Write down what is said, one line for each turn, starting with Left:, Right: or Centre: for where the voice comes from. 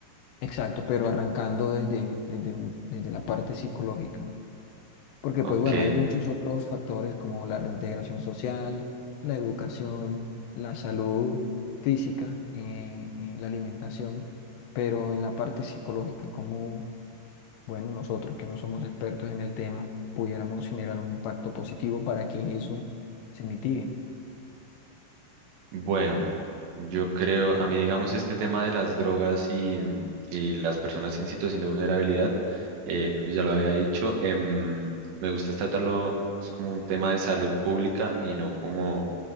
Left: exacto, pero arrancando desde, desde, un- desde la parte psicológica. porque
Right: Ok,
Left: pues bueno, hay muchos otros factores como la reintegración social, la educación, la salud física, eh, eh, la alimentación, pero en la parte psicológica, como bueno, nosotros que no somos expertos en el tema, pudiéramos generar un impacto positivo para que eso se mitigue.
Right: Bueno, yo creo, a mí digamos este tema de las drogas y, mm, y las personas en situación de vulnerabilidad, eh, creo que ya lo había dicho, em, me gusta tratarlo es como un tema de salud pública y no como,